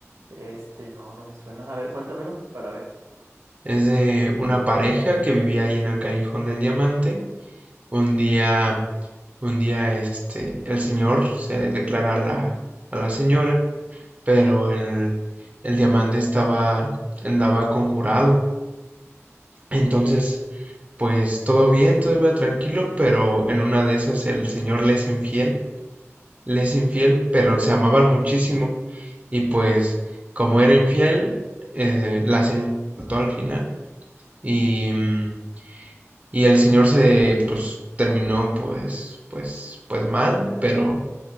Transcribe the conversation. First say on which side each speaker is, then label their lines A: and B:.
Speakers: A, on the right; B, on the right.
A: Este, no, no me suena. A ver, cuéntamelo para ver.
B: Es de una pareja que vivía ahí en el Callejón del Diamante Un día, un día, este, el señor se declara a la, a la señora, pero el, el diamante estaba, andaba conjurado. Entonces, pues todo bien, todo iba tranquilo, pero en una de esas el señor le es infiel, le es infiel, pero se amaban muchísimo. Y pues, como era infiel, eh, la señora al final. Y mm, Y el señor se, pues, terminó, pues, pues, pues mal, pero,